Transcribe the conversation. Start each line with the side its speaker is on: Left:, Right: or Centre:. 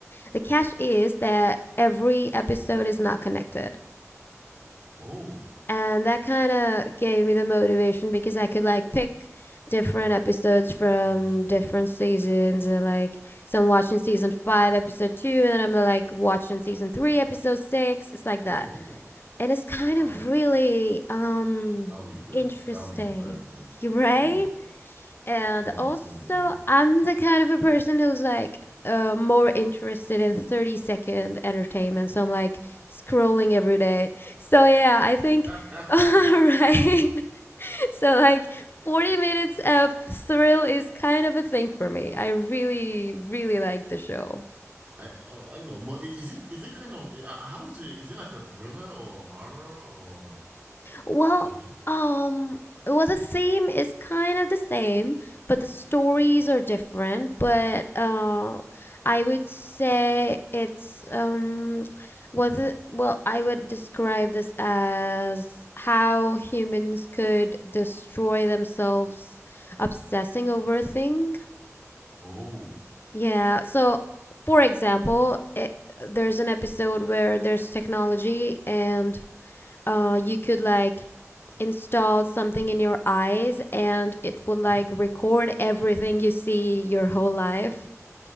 Left: the catch is that every episode is not connected
Right: Oh,
Left: and that kind of gave me the motivation because I could like pick different episodes from
Right: episode.
Left: different seasons and like so I'm watching season 5 episode 2 and then I'm like watching season 3 episode 6 it's like that
Right: Oh,
Left: and it's kind
Right: um,
Left: of really um
Right: that'll be good.
Left: interesting
Right: That'll be very good.
Left: <laughs> right
Right: Oh,
Left: and
Right: I'll
Left: also,
Right: be so good.
Left: I'm the kind of a person who's like uh, more interested in 30 second entertainment. So I'm like scrolling every day. So yeah, I think,
Right: <laughs>
Left: <laughs> all right. <laughs> So like 40 minutes of thrill is kind of a thing for me. I really, really like the show.
Right: I oh, I don't know, but i- is it is it kind of uh, how is it? Is it like a thriller or horror or
Left: Well,
Right: like? do you-
Left: um, well, the theme is kind of the same, but the stories
Right: okay.
Left: are different. But uh, I would say it's um, was it, well, I would describe this as how humans could destroy themselves obsessing over a thing.
Right: Oh,
Left: Yeah. So, for example, it, there's an episode where there's technology and uh you could like install something in your eyes and it would like
Right: oh,
Left: record everything you see your whole life.